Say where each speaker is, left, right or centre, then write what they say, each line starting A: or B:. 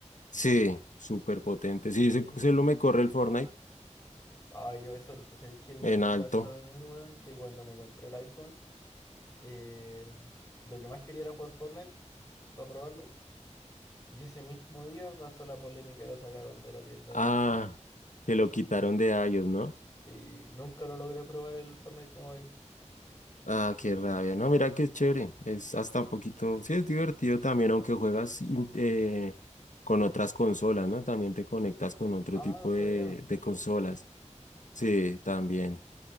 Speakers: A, on the left; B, on the left.
A: Sí, súper potente.
B: es
A: Sí,
B: potente.
A: se, se lo me corre el Fortnite
B: Ah, yo eso, ¿sabéis qué,
A: en
B: qué me
A: alto.
B: pasó a mí, weón? Que cuando me compré el iPhone, eh, lo que más quería era jugar Fortnite para probarlo. Y ese mismo día pasó la polémica y lo sacaron de la tienda,
A: Ah,
B: weón.
A: que lo quitaron de iOS, ¿no?
B: Sí, nunca lo logré probar el Fortnite Mobile.
A: Ah, qué rabia. No, mira qué chévere. Es hasta un poquito, sí, es divertido también, aunque juegas in- eh, con otras consolas, ¿no? También te conectas con otro
B: Ah,
A: tipo
B: no sabía.
A: de, de consolas. Sí, también.